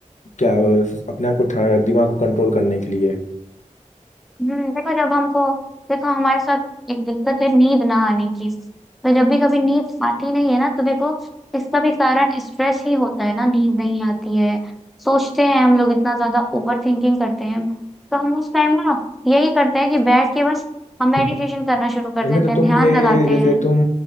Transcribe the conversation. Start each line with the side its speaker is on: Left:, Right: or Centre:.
Left: क्या अ, अपने आप को ठा- दिमाग को कंट्रोल करने के लिए
Centre: हम्म, देखो जब हमको देखो हमारे साथ एक दिक्कत है नींद ना आने की तो जब भी कभी नींद आती नहीं है ना तो देखो इसका भी कारण स्ट्रेस ही होता है ना नींद नहीं आती है सोचते हैं हम लोग इतना ज्यादा ओवर थिंकिंग करते हैं तो हम उस टाइम ना यही करते हैं कि बैठ के बस हम मेडिटेशन
Left: <laughs>
Centre: करना शुरू कर
Left: इन्हें
Centre: देते
Left: तो
Centre: हैं
Left: तुम
Centre: ध्यान
Left: ये
Centre: लगाते
Left: जैसे
Centre: हैं
Left: तुम